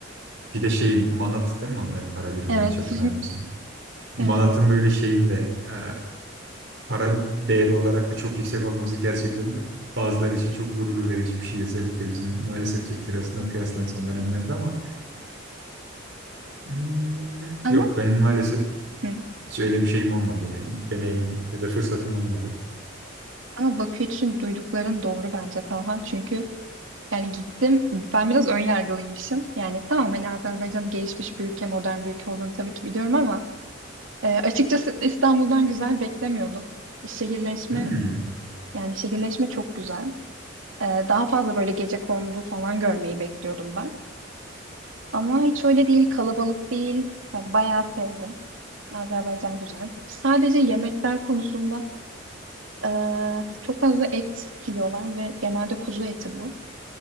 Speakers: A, on the right; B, on the right.
A: Bir de şeyin Manat değil mi onların para birimi
B: Evet.
A: yanlış hatırlamıyorsam. Manat'ın
B: <laughs> Evet.
A: böyle şeyin de e, para değeri olarak da çok yüksek olması gerçekten bazıları için çok gurur verici bir şey. Özellikle bizim maalesef Türk lirasına kıyaslan son dönemlerde ama hmm,
B: Ama
A: yok benim maalesef
B: hı.
A: hiç öyle bir şeyim olmadı yani. Deneyimim ya da fırsatım olmadı.
B: Ama Bakü için duydukların doğru bence Talha. Çünkü yani gittim ben biraz ön yargılıymışım. Yani tamam hani Azerbaycan gelişmiş bir ülke, modern bir ülke olduğunu tabii ki biliyorum ama e, açıkçası İstanbul'dan güzel beklemiyordum. Şehirleşme
A: Hmm,
B: yani şehirleşme çok güzel. E, daha fazla böyle gecekondu falan görmeyi bekliyordum ben. Ama hiç öyle değil, kalabalık değil. Ya, bayağı sevdim. Azerbaycan güzel. Sadece yemekler konusunda eee, çok fazla et yiyorlar ve genelde kuzu eti bu.